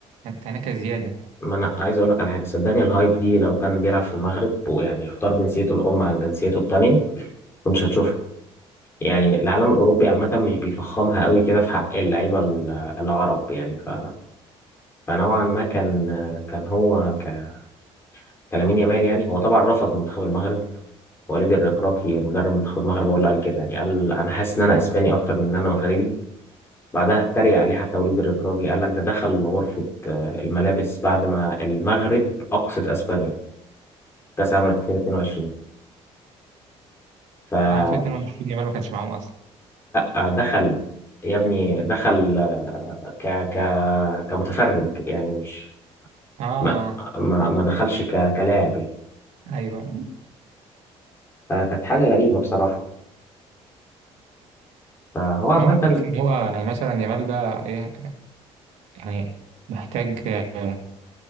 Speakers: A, on the right (about 75°); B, on the left (about 20°).
A: تناكة زياده
B: ما انا عايز اقول لك على حاجه صدقني الهايب دي لو كان بيلعب في المغرب ويعني اختار جنسيته الام عن جنسيته التانية كنتش هتشوفها يعني العالم الاوروبي عامه مش بيفخمها قوي كده في حق اللعيبه ال- العرب يعني ف... فنوعا ما كان كان هو ك... كلامين يامال يعني هو طبعا رفض منتخب المغرب وليد الركراكي مدرب منتخب المغرب هو اللي قال كده يعني قال انا حاسس ان انا اسباني اكتر من ان انا مغربي بعدها اتريق عليه حتى وليد الركراجي قال لك ده دخل غرفة آه، الملابس بعد ما المغرب أقصت أسبانيا كأس العالم 2022 فلا
A: طبعا في 22 يامال ما كانش معاهم اصلا
B: آه، دخل يا ابني دخل آه، ك ك كمتفرج يعني مش
A: اه
B: ما
A: اه
B: ما, ما دخلش ك كلاعب يعني
A: ايوه
B: فكانت حاجة غريبة بصراحة فهو عامة
A: هو انا بشوف ان هو يعني مثلا يامال ده ايه يعني محتاج آه،